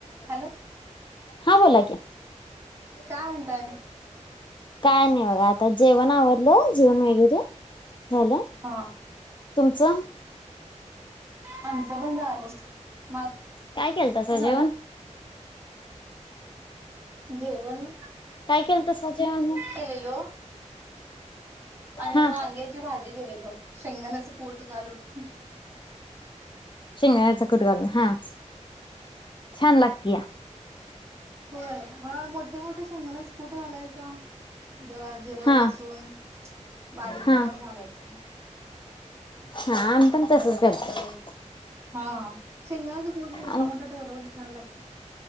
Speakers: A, on the right; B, on the left.
A: Hello
B: हां बोला कि.
A: काय म्हणताय आणि.
B: काय नाही बघा आता जेवण आवरलंय जेवण वगैरे. झालं
A: हा
B: तुमचं?
A: आमचं पण झालं. माझं
B: काय केलतासा
A: झालं
B: जेवण?
A: जेवण
B: काय केलं तसं जेवण
A: केलेलो. आणि
B: हा
A: वांग्याची भाजी केलेलो शेंगण्याच कुट घालून.
B: शेंगदाण्याचा कूट घालून हा. छान लागतीया.
A: होय मग मोठे मोठे शेंगदाण्याचे कूट घालायचं. जरा जिरं
B: हा
A: लसूण बारीक
B: हा
A: करून घालायचं.
B: हा आम्ही पण तसच
A: जरा
B: करतो
A: जिरं हा शेंगदाण्याचा कूट मोठा
B: आणि
A: मोठा ठेवला पण छान लाग